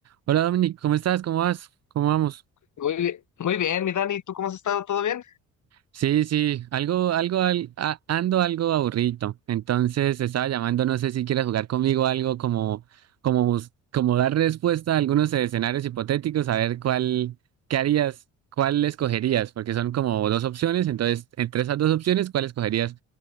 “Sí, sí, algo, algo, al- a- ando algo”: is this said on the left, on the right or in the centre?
Right